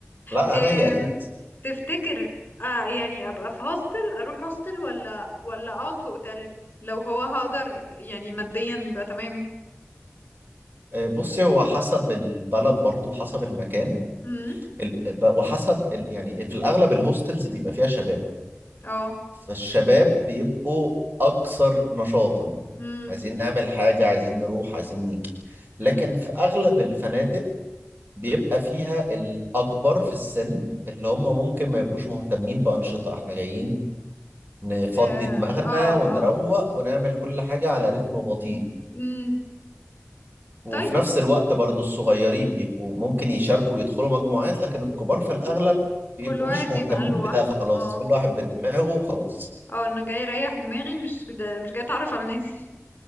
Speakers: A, on the right; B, on the left.
A: لا
B: أم،
A: انا هي اكيد
B: تفتكر آه يعني أبقى في هوستل أروح هوستل ولا ولا أقعد في أوتيل لو هو هقدر يعني ماديا يبقى تمام
A: آه، بصي هو حسب البلد برضو وحسب المكان
B: امم
A: ال- ب- وحسب ال... يعني في الاغلب الهوستلز بيبقى فيها شباب
B: اه
A: فالشباب بيبقوا أكثر نشاطا
B: امم
A: عايزين نعمل حاجة عايزين نروح عايزين نيجي لكن
B: امم
A: في أغلب الفنادق بيبقى فيها الأكبر في السن اللي هم ممكن ما يبقوش مهتمين بأنشطة احنا جايين نفضي
B: اه
A: دماغنا
B: اه
A: ونروق
B: آه.
A: ونعمل كل حاجة على رتم بطيء
B: امم
A: وفي
B: طيب
A: نفس الوقت برضو الصغيرين بيبقوا ممكن يشاركوا ويدخلوا مجموعات لكن الكبار في الأغلب بيبقوا
B: كل واحد
A: مش
B: بيبقى
A: مهتمين
B: لوحده
A: بده خلاص
B: اه
A: كل واحد بدماغه وخلاص
B: اه انا جاي اريح دماغي مش جد- مش جاي اتعرف على الناس